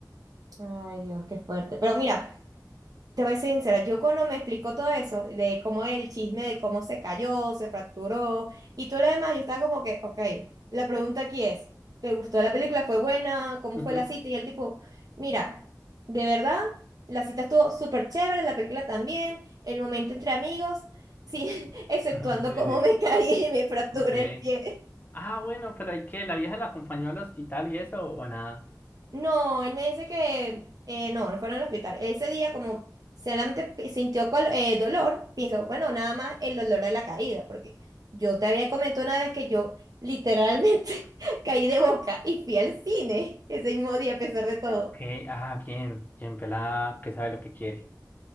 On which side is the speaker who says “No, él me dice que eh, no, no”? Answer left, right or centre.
Right